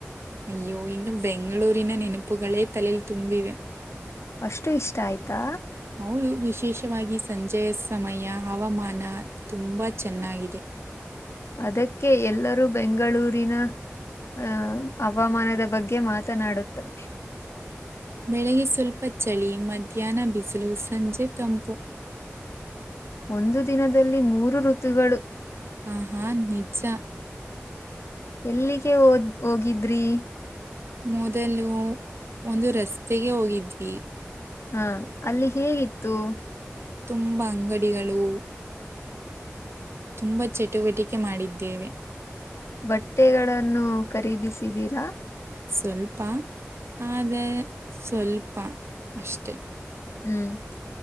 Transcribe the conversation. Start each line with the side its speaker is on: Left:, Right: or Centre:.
Right: ಅಯ್ಯೋ ಇನ್ನು ಬೆಂಗಳೂರಿನ ನೆನಪುಗಳೇ ತಲೇಲ್ಲಿ ತುಂಬಿವೆ
Left: ಅಷ್ಟು ಇಷ್ಟ ಆಯ್ತಾ
Right: ಹೌದು ವಿಶೇಷವಾಗಿ ಸಂಜೆಯ ಸಮಯ ಹವಾಮಾನ ತುಂಬಾ ಚೆನ್ನಾಗಿದೆ
Left: ಅದಕ್ಕೆ ಎಲ್ಲರೂ ಬೆಂಗಳೂರಿನ ಅಹ ಹವಾಮಾನದ ಬಗ್ಗೆ ಗೆ ಮಾತನಾಡುತ್ತಾರೆ
Right: ಬೆಳಿಗ್ಗೆ ಸ್ವಲ್ಪ ಚಳಿ ಮಧ್ಯಾಹ್ನ ಬಿಸಿಲು ಸಂಜೆ ತಂಪು
Left: ಒಂದು ದಿನದಲ್ಲಿ ಮೂರು ಋತುಗಳು
Right: ಆಹಾ ನಿಜ
Left: ಎಲ್ಲಿಗೆ ಹದ್ ಹೋಗಿದ್ರಿ.
Right: ಮೊದಲು ಒಂದು ರಸ್ತೆಗೆ ಹೋಗಿದ್ವಿ.
Left: ಹಾ ಅಲ್ಲಿ ಹೇಗಿತ್ತು.
Right: ತುಂಬಾ ಅಂಗಡಿಗಳು. ತುಂಬಾ ಚಟುವಟಿಕೆ ಮಾಡಿದ್ದೇವೆ.
Left: ಬಟ್ಟೆಗಳನ್ನು ಖರೀದಿಸಿದೀರಾ.
Right: ಸ್ವಲ್ಪ ಆದೇ ಸ್ವಲ್ಪ ಅಷ್ಟೆ.
Left: ಹಹೂ